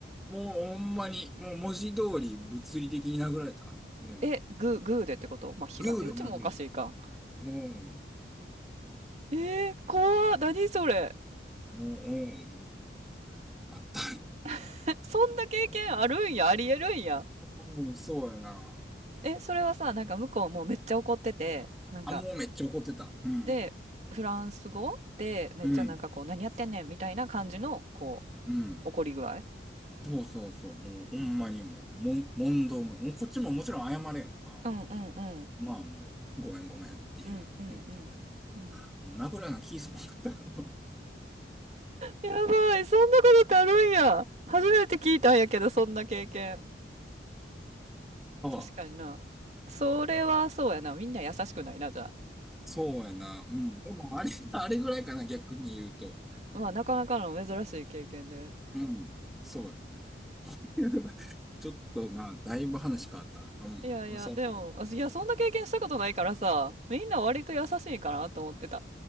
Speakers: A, in the centre; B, on the right (about 40°).
A: もうほんまに、もう文字通り物理的に殴られた。うん。
B: え、グー、グーでってことまあ、平手打ちもおかしいか。
A: グーで殴られたな。うん。
B: えー、怖っ。何それ。
A: もう、うん、あった。
B: <laughs> そんな経験あるんや、ありえるんや。
A: うん、そうやな。
B: え、それはさ、なんか向こうもうめっちゃ怒ってて、なんか、
A: あ、もうめっちゃ怒ってた。うん。
B: で、フランス語でめっちゃなんかこう、
A: うん。
B: 何やってんねんみたいな感じの、こう、
A: うん。
B: 怒り具合
A: そうそうそう。もうほんまにもう、もん、問答無用。こっちももちろん謝れやんか。
B: うんうんうん。
A: まあもう、ごめんごめんっていう、
B: うんうんうん。
A: 言ったけども、
B: うん。
A: もう殴るようなキすまんかったよ。<laughs>
B: やばい、そんなことってあるんや。初めて聞いたんやけど、そんな経験。
A: あ
B: 確かにな。それはそうやな。みんな優しくないな、じゃあ。
A: そうやな。うん。でもあれ、あれぐらいかな、逆に言うと。
B: まあ、なかなかの珍しい経験で。
A: うん。そうよね。<laughs> ちょっとな、だいぶ話変わった。うん。
B: いやいや、
A: そう。
B: でも、あいや、そんな経験したことないからさ、みんな割と優しいんかなと思ってた。